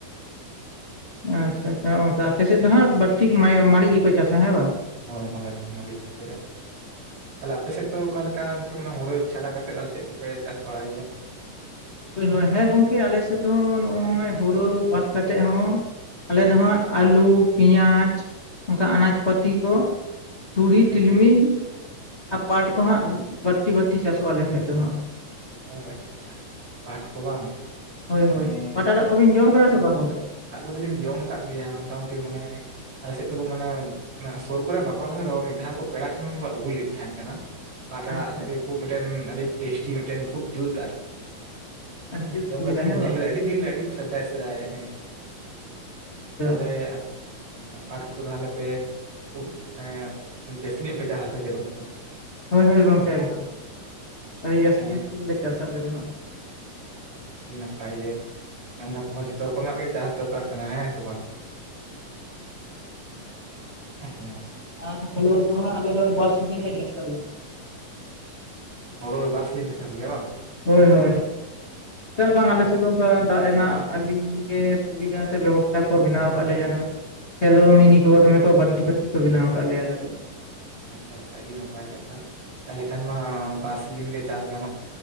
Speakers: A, on the left; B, on the right.
A: ᱟᱪᱪᱷᱟ ᱟᱪᱪᱷᱟ ᱚᱱᱠᱟ ᱟᱯᱮᱮᱥᱮᱫ ᱫᱚ ᱦᱟᱜ ᱵᱟᱹᱲᱤᱠ ᱢᱟᱹᱨᱤᱡ ᱜᱮᱠᱚ ᱪᱟᱥᱟ ᱦᱮᱸ ᱵᱟᱝ᱾
B: ᱦᱳᱭ ᱦᱳᱭ ᱦᱳᱭ ᱢᱟᱨᱤᱡ ᱜᱮᱠᱚ ᱪᱟᱥᱟ᱾ ᱛᱟᱦᱚᱞᱮ ᱟᱯᱮ ᱥᱮᱫ ᱫᱚ ᱚᱠᱟ ᱞᱮᱠᱟ ᱚᱱ ᱦᱩᱲᱳ ᱪᱷᱟᱰᱟ ᱠᱟᱛᱮᱮᱫ ᱟᱨ ᱪᱮᱫ ᱠᱚᱯᱮ ᱪᱟᱥ ᱵᱟᱲᱟᱭ ᱜᱮᱭᱟ?
A: ᱦᱭᱳᱭ ᱦᱮᱸ ᱜᱚᱝᱠᱮ ᱟᱞᱮ ᱥᱮᱫ ᱫᱚ ᱱᱚᱜᱼᱚᱭ ᱦᱩᱲᱩ ᱵᱟᱫ ᱠᱟᱛᱮᱜ ᱦᱚᱸ᱾ ᱟᱞᱮ ᱫᱚᱦᱟᱸᱜ ᱟᱹᱞᱩ ᱯᱮᱸᱭᱟᱡᱽ ᱚᱱᱠᱟ ᱟᱱᱟᱡᱽ ᱯᱟᱟᱹᱛᱤ ᱠᱚ᱾ ᱛᱩᱲᱤ ᱛᱤᱞᱢᱤᱧ
B: ᱟᱪᱪᱷᱟ
A: ᱟᱨ ᱯᱟᱴ ᱠᱚᱦᱟᱸᱜ ᱵᱟᱹᱲᱛᱤ ᱵᱟᱹᱲᱛᱤ ᱪᱟᱥᱚᱜᱼᱟ ᱟᱞᱮ ᱥᱮᱫ ᱫᱚᱦᱟᱸᱜ᱾
B: ᱚ ᱟᱪᱷᱟ ᱟᱪᱪᱷᱟ ᱯᱟᱴ ᱠᱚ ᱵᱟᱝ᱾
A: ᱦᱳᱭ
B: ᱢᱟᱱᱮ
A: ᱦᱳᱭ ᱯᱟᱴᱟᱟᱜ ᱠᱚᱵᱤᱱ ᱡᱚᱢ ᱠᱟᱱᱟᱫᱟ ᱥᱮ ᱵᱟᱝ ᱜᱚᱢᱠᱮ?
B: ᱫᱚᱞᱤᱧ ᱡᱚᱢ ᱟᱠᱟᱫ ᱜᱮᱭᱟ ᱢᱚᱴᱟᱢᱩᱴᱤ ᱢᱟᱱᱮ, ᱟᱞᱮ ᱥᱮᱫ ᱫᱚᱠᱚ ᱢᱟᱱᱮ ᱥᱩᱨ ᱠᱚᱨᱮ ᱵᱟᱠᱚ ᱨᱚᱦᱚᱭ ᱨᱮᱦᱚᱸ ᱢᱤᱫ ᱫᱷᱟᱣ ᱠᱚ ᱯᱮᱲᱟ ᱴᱩᱢᱩᱢ ᱠᱚ ᱟᱹᱜᱩ ᱞᱮᱫ ᱛᱟᱦᱮᱸ ᱠᱟᱱᱟ᱾ ᱯᱟᱴᱲᱟᱜ
A: ᱟᱪᱪᱷᱟ
B: ᱡᱮ
A: ᱟᱪᱪᱷᱟ
B: ᱠᱷᱩᱵ ᱢᱤᱫᱴᱮᱱ ᱟᱹᱰᱤ ᱴᱮᱥᱴᱤ ᱢᱤᱫᱴᱮᱱ ᱠᱷᱩᱵ ᱡᱩᱛ ᱟᱨᱠᱤ᱾
A: ᱟᱹᱰᱤ ᱡᱩᱛ
B: ᱡᱚᱢ
A: ᱥᱤᱵᱤᱞᱟ
B: ᱠᱟᱛᱮ ᱞᱤᱧ
A: ᱦᱮᱸ
B: ᱧᱮᱞ
A: ᱵᱟᱝ?
B: ᱞᱮᱫᱟ ᱟᱹᱰᱤ ᱫᱤᱱ ᱨᱮ ᱟᱹᱰᱤ ᱫᱤᱱ ᱨᱮ᱾ ᱥᱫᱟᱭ ᱥᱮ ᱡᱨᱮ
A: ᱛᱚ
B: ᱛᱟᱦᱚᱞᱮ ᱟ ᱯᱟᱴ ᱠᱚᱫᱚ ᱛᱟᱦᱚᱞᱮ ᱯᱮ ᱠᱷᱩᱵ ᱢᱟᱱᱮ ᱡᱟᱹᱥᱛᱤ ᱧᱚᱜ ᱯᱮ ᱚᱱᱛᱮ ᱫᱚ᱾
A: ᱦᱳᱭ ᱦᱳᱭ ᱜᱚᱝᱠᱮᱞᱫᱚ ᱟᱹᱰᱤ ᱡᱟᱹᱥᱛᱤ
B: ᱚ
A: ᱡᱟᱹᱥᱛᱤ ᱜᱮᱞᱮ ᱪᱟᱥ ᱟᱞᱮ ᱫᱚ ᱦᱟᱸᱜ᱾
B: ᱟᱹᱰᱤ ᱱᱟᱯᱟᱭ ᱜᱮᱮ ᱚᱱᱟ ᱠᱚᱦᱚᱸ ᱡᱚᱛᱚ ᱨᱚᱠᱚᱢᱟᱜ ᱜᱮ ᱪᱟᱥ ᱫᱚᱨᱠᱟᱨ ᱠᱟᱱᱟ ᱦᱮᱸ ᱥᱮ ᱵᱟᱝ᱾ ᱦ ᱦᱮ᱾
A: ᱟᱨ ᱟ ᱵᱟᱨᱥᱤ ᱫᱤᱱ ᱜᱮᱥᱟ᱾
B: ᱦᱲᱰᱮ ᱫᱚᱥᱮᱫᱤᱱ ᱯᱮ ᱪᱟᱥ ᱜᱮᱭᱟ ᱵᱟᱝ?
A: ᱦᱳᱭ ᱦᱳᱭ
B: ᱦᱚᱸ,
A: ᱪᱮᱫ ᱵᱟᱝ ᱟᱞᱮ ᱥᱮᱫ ᱫᱚ ᱚᱱᱠᱟ ᱫᱟᱜ ᱨᱮᱱᱟᱜ ᱟᱹᱰᱤ ᱥᱩᱵᱤᱫᱷᱟ ᱥᱮ ᱵᱮᱵᱚᱥᱛᱷᱟ ᱠᱚ ᱵᱮᱱᱟᱣ ᱠᱮ ᱡᱮᱱᱢ᱾ ᱦᱮᱞᱳ ᱢᱤᱱᱤ ᱠᱚ ᱛ ᱠᱚ ᱵᱴᱤ ᱵᱴᱤ ᱠᱚ ᱵᱮᱱᱟᱣ ᱠᱟᱫ ᱞᱮᱭᱟ ᱟᱞᱮᱫ᱾
B: ᱟᱪᱷᱟ ᱟᱪᱷᱟ ᱟᱹᱰᱤ ᱱᱟᱯᱟᱭ ᱠᱟᱛᱷᱟ᱾ ᱛᱟᱦᱚᱞᱮ ᱠᱷᱟᱱ ᱢᱟ ᱵᱟᱨ ᱥᱤᱡᱤᱱ ᱜᱮ ᱪᱟᱥ ᱜᱟᱱᱚᱜ